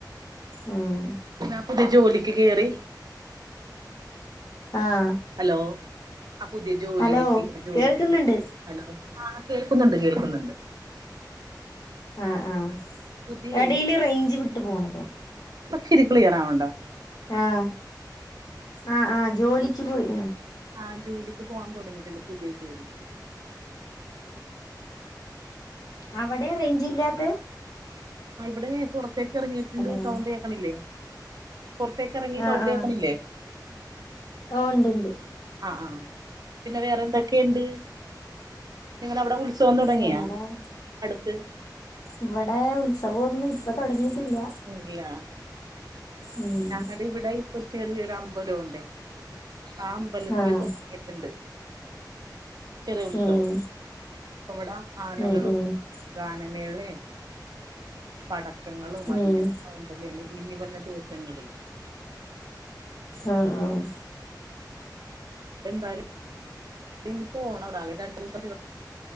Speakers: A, on the left; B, on the right.
A: ഉം
B: ഞാൻ പുതിയ ജോലിക്ക് കേറി
A: ആഹ്
B: ഹലോ ആ പുതിയ ജോലി
A: ഹലോ
B: കിട്ടി ജോലിക്ക്
A: കേൾക്കുന്നുണ്ട്
B: കേറി ഹലോ ആഹ് കേൾക്കുന്നുണ്ട് കേൾക്കുന്നുണ്ട്.
A: ആ ആഹ്
B: പുതിയ
A: ഇടയില് റേഞ്ച് വിട്ടു പോണതോ
B: ഇപ്പച്ചിരി ക്ലിയർവണ്ടോ
A: ആഹ് ആഹ് ആഹ് ജോലിക്ക് പോയി
B: ആഹ് ജോലിക്ക് പോവാൻ തുടങ്ങിയിട്ടുണ്ട് പുതിയ ജോലി
A: അവിടെ റേഞ്ച് ഇല്ലാത്ത
B: ആഹ് ഇവിടെ ഞാന് പുറത്തേക്ക് ഇറങ്ങിയിട്ടുണ്ട്
A: ഹലോ
B: സൗണ്ട് കേക്കണില്ലേ? പുറത്തേക്കറങ്ങി സൗണ്ട്
A: ആഹ് ആഹ്
B: കേക്കണില്ലേ?
A: ഓ ഉണ്ട് ഉണ്ട്
B: ആഹ് പിന്നെ വേറെ എന്തൊക്കെണ്ട് നിങ്ങളവിടെ ഉത്സവം തുടങ്ങിയാ
A: വേറെ
B: അടുത്ത്
A: ഇവിടെ ഉത്സവൊന്നും ഇപ്പൊ തുടങ്ങിട്ടില്ല.
B: ഇല്ല
A: ഉം
B: ഞങ്ങടെ ഇവിടെ ഇപ്പൊ ചെറിയൊരു അമ്പലോണ്ട്. ആ അമ്പലത്തി
A: ആഹ്
B: തുടങ്ങിട്ടുണ്ട്. ചെറിയ ഉത്സവം
A: ഉം
B: അവിടെ ആനകളും
A: ഉം ഉം
B: ഗാനമേള പടക്കങ്ങളും ഭയങ്കര
A: ഉം
B: സൗ ഇനി വര്ന ദിവസങ്ങളിൽ
A: ആഹ് ആഹ്
B: എന്തായാലും നി പോണവിടെ ആകേ രണ്ടുവസ